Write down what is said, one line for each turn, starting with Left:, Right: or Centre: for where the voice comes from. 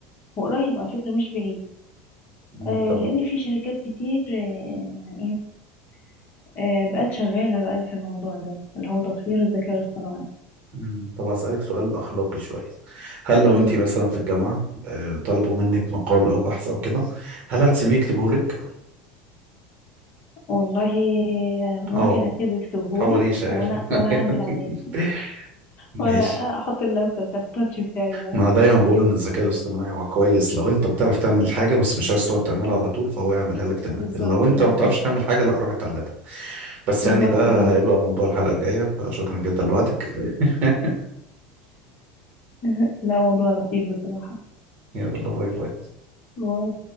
Left: وقريب على فكرة مش بعيد
Right: مم،
Left: آه،
Right: طب
Left: لان في شركات كتير آه، يعني ايه آه، بقت شغالة بقى في الموضوع ده اللي هو تطوير الذكاء الاصطناعي
Right: مم. طب هسألك سؤال أخلاقي شوية هل
Left: مم.
Right: لو أنت مثلا في الجامعة آه، طلبوا منك مقال أو بحث أو كده هل هتسيبيه يكتبه لك؟
Left: والله آه، ممكن
Right: أه
Left: اسيبه يكتبهولي
Right: تحوريش أيوه
Left: وانا وانا اعدل
Right: <laughs>
Left: عليه
Right: ماشي
Left: وانا احط اللمسة بتاعت التاتش بتاعي بقى
Right: ما أنا دايما بقول إن الذكاء الاصطناعي هو كويس لو أنت بتعرف تعمل حاجة بس مش عايز تقعد تعملها على طول فهو يعملها لك تمام
Left: بالظبط
Right: لو أنت
Left: بالظبط
Right: ما بتعرفش تعمل حاجة لا روح اتعلمها بس
Left: بالظبط
Right: يعني ده
Left: كده
Right: هيبقى موضوع الحلقة الجاية فشكرا جدا لوقتك <laughs>
Left: <laughs> لا موضوع لطيف بصراحة
Right: يلا باي باي
Left: موضوع